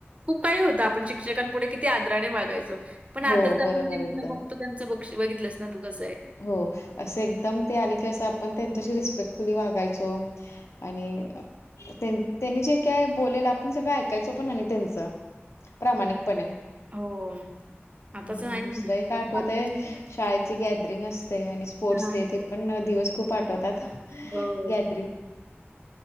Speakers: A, on the right; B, on the left.
A: खूप काही होतं आपण शिक्षकांपुढे किती आदराने वागायचं पण आताच
B: हो.
A: आपण
B: बरोबर
A: जे
B: एकदम.
A: मुलं बघतो त्यांचं लक्ष बघितलंस ना तू कसं आहे.
B: हो असं एकदम ते आले की असं आपण त्यांच्याशी रिस्पेक्टफुली वागायचो. आणि त्यांनी जे काय बोलेल आपण सगळं ऐकायचो पण आणि त्यांचं प्रामाणिक पणे
A: हो. आताचं
B: आणि
A: नाही
B: दुसरं एक आठवत
A: तसं आताची
B: आहे
A: मुलं
B: शाळेची गॅ स्पोर्ट्स
A: हां.
B: डे ते दिवस पण खूप आठवतात. <unintelligible>
A: हो.